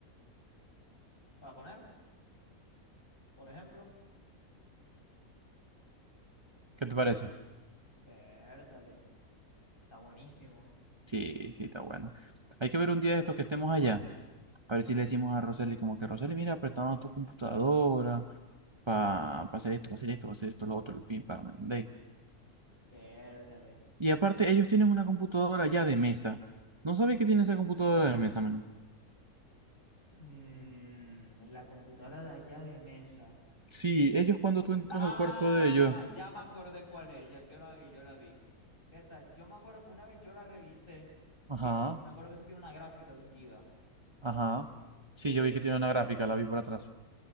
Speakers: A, on the left; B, on the right.
A: Para poner, por ejemplo,
B: ¿qué te parece?
A: Vértale. Está buenísimo.
B: Sí, sí, está bueno. Hay que ver un día de estos que estemos allá. A ver si le decimos a Roseli como que Roseli, mira, prestamos tu computadora para hacer esto, para hacer esto, para hacer esto, lo otro, lo pim, para, ¿me entendéis?
A: Vértale.
B: Y aparte, ellos tienen una computadora ya de mesa. ¿No sabéis que tiene esa computadora de mesa, man?
A: Mm, la computadora de allá de mesa.
B: Sí, ellos cuando tú entras
A: Ah,
B: al cuarto de ellos.
A: ya me acordé cuál es. ya- yo la vi, yo la vi. Berta, yo me acuerdo que una vez yo la revisé. Eso
B: Ajá,
A: tiene un- me acuerdo que eso tiene una gráfica de un giga.
B: ajá. Sí,
A: Eh,
B: yo vi que tiene una gráfica, la vi por atrás.